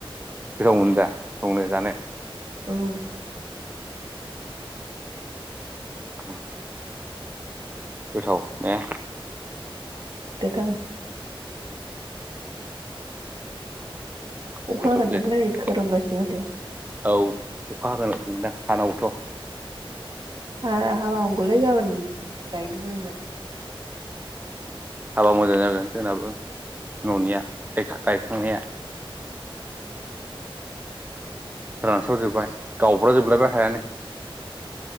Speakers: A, on the right; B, on the right.
A: गोथाव मोनो दा संनो? जानो?
B: औ।
A: <inaudible> गोथाव ने?
B: गोथाव अखा
A: <unintelligible>
B: हागोनदांलै खोरोमगासिनो माथो
A: औ अखा हागोन <unintelligible> फानावथ'
B: ए हाबा हामगौलै गाबोन गायनो मोजां जानायनि
A: हाबा मोजां जागोन जोंनाबो न'निया गायखांनाया
B: ओं।
A: रानस्राव जोबबाय गावब्रा जोबलायबाय हायानो